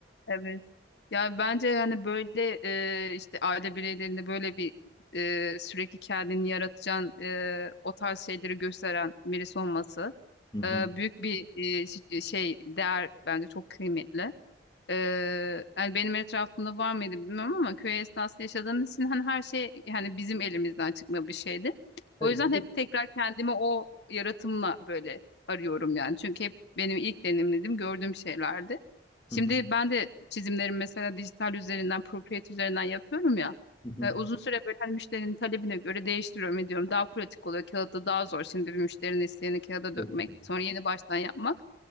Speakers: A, on the left (about 75°); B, on the left (about 20°).
A: Evet. Ya bence yani böyle e, işte aile bireylerinde böyle bir e, sürekli kendini yaratacağın e, o tarz şeyleri gösteren birisi olması
B: Hı hı.
A: e, büyük bir e, ş- şey değer bence çok kıymetli. Ee, yani benim etrafımda var mıydı bilmiyorum ama köy esnasında yaşadığımız için hani her şey yani bizim elimizden çıkma bir şeydi. O
B: Evet,
A: yüzden
B: tabii.
A: hep tekrar kendimi o yaratımla böyle arıyorum yani. Çünkü hep benim ilk deneyimlediğim, gördüğüm şeylerdi. Şimdi
B: Hı hı,
A: ben de çizimlerimi mesela dijital üzerinden, Procreate üzerinden yapıyorum ya.
B: hı hı.
A: Ee, uzun süre böyle hani müşterinin talebine göre değiştiriyorum ediyorum. Daha pratik oluyor. Kağıtta daha zor şimdi bir müşterinin isteğini kağıda
B: Tabii
A: dökmek,
B: ki.
A: sonra yeni baştan yapmak.